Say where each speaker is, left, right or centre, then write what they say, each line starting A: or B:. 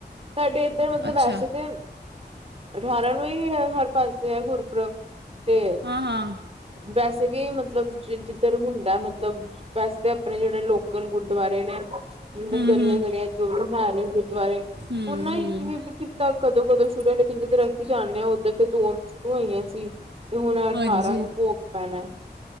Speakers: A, on the right (about 35°); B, on the right (about 75°).
A: ਤੁਡੇ ਇੱਧਰ ਮਤਲਬ
B: ਅੱਛਾ
A: ਵੈਸੇ ਤੇ ਅਠਾਰਾਂ ਨੂੰ ਹੀ ਹਰ ਪਾਸੇ ਹੈ ਗੁਰਪ੍ਰਬ ਤੇ
B: ਹਾਂ ਹਾਂ
A: ਬਸ ਵੀ ਮਤਲਬ ਜਿੱਧਰ ਹੁੰਦਾ ਮਤਲਬ ਵੈਸੇ ਤਾਂ ਆਪਣੇ ਜਿਹੜੇ ਲੋਕਲ ਗੁਰਦੁਆਰੇ ਨੇ ਮਤਲਬ
B: ਹੂੰ
A: ਗਲੀਆਂ
B: ਹੂੰ
A: ਗਲੀਆਂ ਜੋ ਵੀ ਹੈ ਨੇ ਗੁਰਦੁਆਰੇ
B: ਹੂੰ-ਹੂੰ,
A: ਉਹਨਾ ਵਿਚ ਵੀ ਕੀਤਾ। ਕਦੋਂ ਕਦੋਂ ਸ਼ੁਰੂ ਲੇਕਿ ਜਦਰ ਅਸੀ ਜਾਣਾ। ਉਧਰ ਦੋ ਸ਼ੁਰੂ ਹੋਈਆਂ ਸੀ। ਜੀ। ਤੇ ਹੁਣ ਅਠਾਰਾਂ
B: ਹਾਂਜੀ,
A: ਨੂੰ ਭੋਗ ਪੈਣਾ।